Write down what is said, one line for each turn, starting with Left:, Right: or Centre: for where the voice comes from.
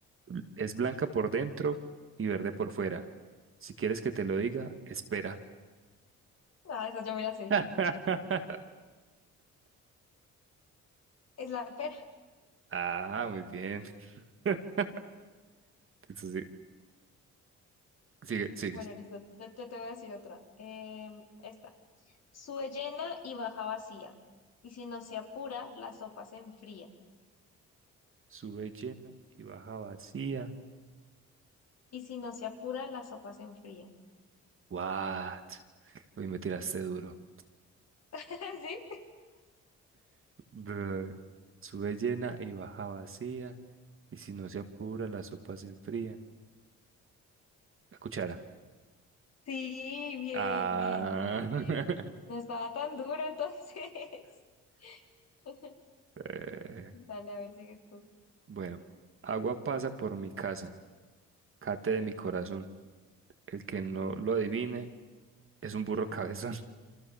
Right: bl- es blanca por dentro y verde por fuera. Si quieres que te lo diga, espera.
Left: ah, esa yo me la sé.
Right: <laughs>
Left: Es la pera.
Right: Ah, muy bien. <laughs> Eso sí. Sigue, sigues.
Left: Bueno, listo, yo, yo te voy a decir otra. Em, esta. Sube llena y baja vacía. Y si no se apura, la sopa se enfría.
Right: Sube llena y baja vacía.
Left: Y si no se apura, la sopa se enfría.
Right: What? Uy, me tiraste duro.
Left: <laughs> ¿Sí?
Right: Bleh. Sube llena y baja vacía. Y si no se apura, la sopa se enfría. La cuchara.
Left: Sí, bien,
Right: Ah.
Left: bien, bien, bien.
Right: <laughs>
Left: No estaba tan duro entonces. <laughs>
Right: Eh,
Left: Dale, a ver, sigues tú.
Right: bueno, agua pasa por mi casa. Cate de mi corazón. El que no lo adivine es un burro cabezón.